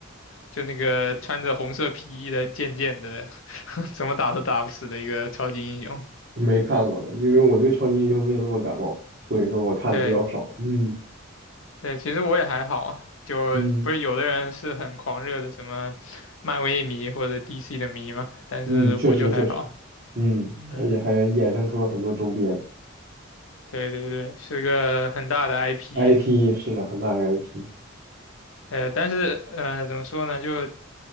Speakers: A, on the left (about 75°); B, on the right (about 45°).
A: 就那个穿着红色皮衣的贱贱的，<laughs> 怎么打都打不死的一个超级英雄。
B: 没看过了因为我对超级英雄没有那么感冒，所以说我看的比较少。
A: 对
B: 嗯
A: 对，其实我也还好啊，就不是有的人是很狂热的什么漫威迷或者
B: 嗯
A: DC 的迷嘛，但是我就还好。
B: 嗯，确实确实，嗯，
A: 嗯，
B: 而且还衍生出了很多周边
A: 对对对，是个很大的 IP。
B: IP，是的，很大个 IP
A: 呃，但是呃，怎么说呢，就。